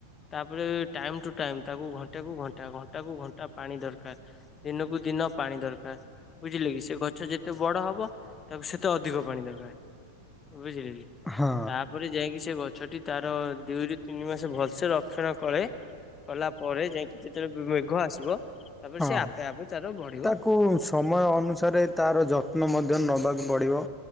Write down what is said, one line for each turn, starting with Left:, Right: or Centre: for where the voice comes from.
Left: ତାପରେ ଟାଇମ୍ ଟୁ ଟାଇମ୍ ତାକୁ ଘଣ୍ଟା କୁ ଘଣ୍ଟା ଘଣ୍ଟା କୁ ଘଣ୍ଟା ପାଣି ଦରକାର। ଦିନକୁ ଦିନ ପାଣି ଦରକାର। ବୁଝିଲକି ସେ ଗଛ ଯେତେ ବଡ଼ ହବ ତାକୁ ସେତେ ଅଧିକ ପାଣି ଦରକାର। ବୁଝିଲେ କି
Centre: ହଁ
Left: ତାପରେ ଯାଇକି ସେ ଗଛଟି ତାର ଦୁଇରୁ ତିନି ମାସ ଭଲ ସେ ରକ୍ଷଣ କଲେ କଲା ପରେ ଯାଇକି ଯେତେବେଳେ ମେଘ ଆସିବ ତାପରେ
Centre: ହଁ
Left: ସେ ଆପେ ଆପେ ତାର ବଢି
Centre: ତାକୁ ସମୟ ଅନୁସାରେ ତାର ଯତ୍ନ ମଧ୍ୟ ନେବାକୁ ପଡ଼ିବ